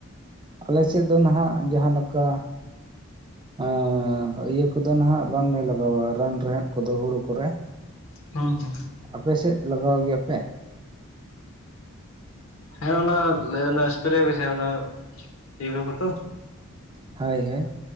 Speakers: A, on the right; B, on the left.
A: ᱟᱞᱮ ᱥᱮᱫ ᱫᱚ ᱱᱟᱦᱟᱜ ᱡᱟᱦᱟᱸ ᱱᱚᱠᱟ ᱟᱻᱸ ᱤᱭᱟᱹ ᱠᱚᱫᱚ ᱱᱟᱦᱟᱜ ᱵᱟᱝᱞᱮ ᱞᱟᱜᱟᱣᱟ ᱨᱟᱱ ᱨᱮᱦᱮᱫ ᱠᱚᱫᱚ ᱦᱩᱲᱩ ᱠᱚᱨᱮ᱾
B: ᱦᱚᱸ ᱦᱚᱸ᱾
A: ᱟᱯᱮᱥᱮᱫ ᱞᱟᱜᱟᱣ ᱜᱮᱭᱟᱯᱮ? <inaudible>
B: ᱦᱮᱸ ᱚᱱᱟ ᱞᱮᱭ ᱚᱱᱮ ᱮᱥᱯᱨᱮ ᱢᱮᱥᱮ ᱚᱱᱟ ᱛᱤᱡᱩ ᱠᱚᱛᱚ᱾
A: ᱦᱳᱭ ᱦᱳᱭ᱾